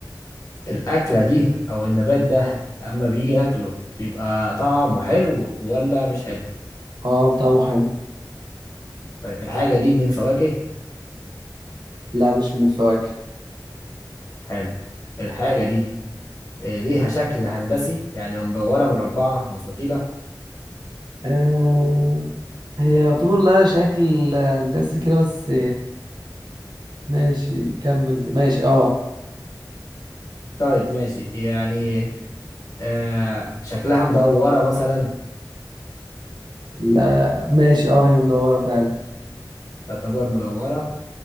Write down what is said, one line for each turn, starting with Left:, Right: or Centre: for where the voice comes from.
Left: الأكلة دي او النبات ده اما بيجي ناكله بيبقى طعمه حلو ولا مش حلو
Right: اه طعمه حلو
Left: طيب الحاجة دي من الفواكه
Right: لا مش من الفواكه
Left: حلو الحاجة دي آه، ليها شكل هندسي يعني مدورة مربعة مستطيلة
Right: آه هي يعتبر لها شكل هندسي كده بس ماشي كمل ماشي اه
Left: طيب ماشي يعني آه شكلها مدورة مثلا
Right: لا ماشي اه هي مدورة فعلا
Left: تعتبر مدورة